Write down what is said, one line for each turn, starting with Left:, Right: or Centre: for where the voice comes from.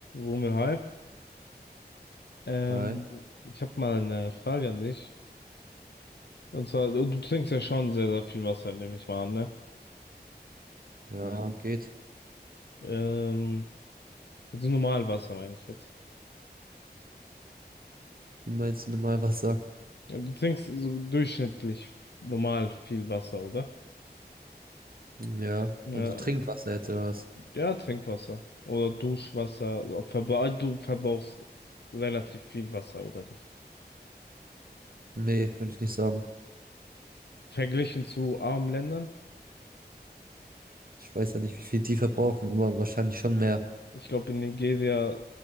Left: Romeo, hi. Ähm,
Right: Hi.
Left: ich habe mal eine Frage an dich. Und zwar, du du trinkst ja schon sehr, sehr viel Wasser, nehme ich mal an, ne?
Right: Ja, geht.
Left: Ähm, also normal Wasser meine ich jetzt.
Right: Wie meinst du normal Wasser?
Left: Du trinkst so durchschnittlich normal viel Wasser, oder?
Right: Ja,
Left: Ja,
Right: also Trinkwasser jetzt oder was?
Left: ja, Trinkwasser oder Duschwasser. Also Verbra du verbrauchst relativ viel Wasser, oder nicht?
Right: Nee, würde ich nicht sagen.
Left: Verglichen zu armen Ländern.
Right: Ich weiß ja nicht, wie viel die verbrauchen, aber wahrscheinlich schon mehr.
Left: Ich glaube, in Nigeria